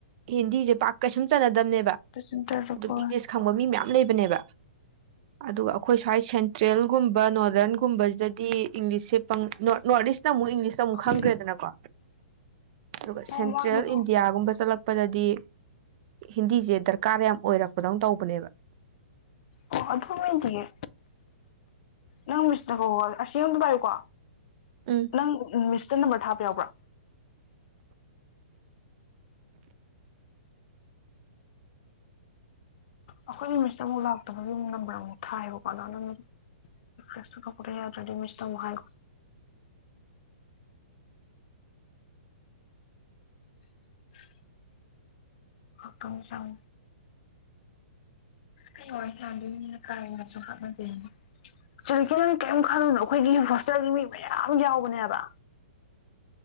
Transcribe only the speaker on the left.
ꯁꯦꯟꯇꯔꯗ
ꯀꯣ
ꯈꯪꯗꯦ
ꯅꯪ
ꯃꯃꯥꯡꯒꯤꯗꯣ
ꯑꯣ ꯑꯗꯨ ꯅꯠꯇꯤꯌꯦ ꯅꯪ ꯃꯤꯁꯅꯒ ꯋꯥꯏ ꯑꯁꯤ ꯑꯝ ꯄꯥꯏꯌꯨꯀꯣ
ꯅꯪ ꯃꯤꯁ ꯇ ꯅꯝꯕꯔ ꯊꯥꯕ ꯌꯥꯎꯕ꯭ꯔꯥ ꯑꯩꯈꯣꯏꯅ ꯃꯤꯁꯇ ꯑꯃꯨꯛ ꯂꯥꯛꯇꯕꯒꯤ ꯑꯃꯨꯛ ꯅꯝꯕꯔ ꯑꯃꯨꯛ ꯊꯥꯏꯌꯦꯕꯀꯣ ꯀꯅꯥꯅꫭꯝ ꯔꯤꯐ꯭ꯔꯦꯁ ꯆꯠꯊꫭꯛꯄꯗ ꯌꯥꯗ꯭ꯔꯗꯤ ꯃꯤꯁꯇ ꯑꯃꯨꯛ ꯍꯥꯏꯈꯣ <inaudible> ꯉꯍꯥꯛꯇꯪ ꯆꯪ ꯑꯩ ꯋꯥꯔꯤ <unintelligible> ꯀꯔꯤꯀꯥ ꯅꯪ ꯀꯔꯤꯝ ꯈꯜꯂꯨꯅꯣ ꯑꯩꯈꯣꯏꯒꯤ ꯍꯣꯁꯇꯦꯜꯒꯤ ꯃꯤ ꯃꯌꯥꯝ ꯌꯥꯎꯕꯅꯦꯕ